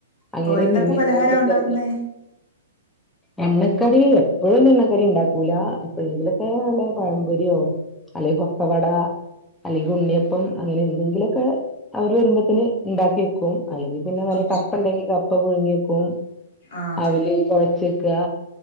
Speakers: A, in the centre; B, on the left.
A: അങ്ങനേ
B: ഓ എന്തൊക്കെ
A: പിന്നെ
B: പലഹാരം
A: വീണ്ടും
B: ഉണ്ടാക്കുന്നേ
A: തിരക്കായിരിക്കു എണ്ണക്കടി എപ്പഴും ഒന്നും എണ്ണക്കടി ണ്ടാക്കൂലാ എപ്പഴെങ്കിലൊക്കേ വല്ല പഴമ്പൊരിയോ അല്ലേ പൊക്കവടാ അല്ലെങ്കി ഉണ്ണിയപ്പം അങ്ങനെ എന്തെങ്കിലും ഒക്കെ അവർ വരുമ്പത്തെന് ഇണ്ടാക്കി വെക്കും അല്ലെങ്കി പിന്നെ നല്ല
B: ഓ
A: കപ്പണ്ടെങ്കി കപ്പ പുഴുങ്ങിക്കും
B: ആഹ്
A: അവില് കൊഴച്ചക്കാ